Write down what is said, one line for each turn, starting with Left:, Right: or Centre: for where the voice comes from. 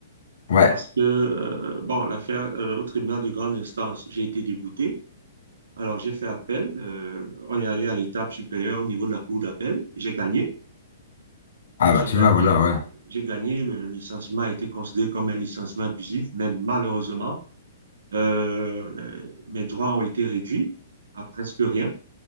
Left: Ouais.
Right: parce que, euh, bon, l'affaire euh, au tribunal de grande instance, j'ai été débouté. Alors, j'ai fait appel. euh, on est allé à l'étape supérieure au niveau de la Cour d'appel. J'ai gagné.
Left: Ah
Right: J'ai
Left: bah tu
Right: gagné.
Left: vois, voilà, ouais.
Right: J'ai gagné. Le licenciement a été considéré comme un licenciement abusif, mais malheureusement, euh, le- mes droits ont été réduits à presque rien.